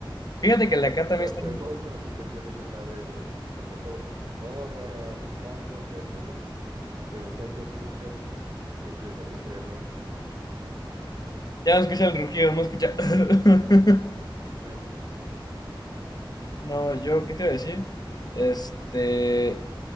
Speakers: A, on the left (about 45°); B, on the right (about 45°).
A: Fíjate que la acá
B: o
A: también
B: sea,
A: está,
B: pero tú vas con las intenciones acá de abrazado con tu morra, besándose, etcétera, y de repente escuchas que empieza a toser el león.
A: ya no escucha el rugido, no escucha. <laughs>
B: Sí.
A: No, yo, ¿qué te iba a decir? Este,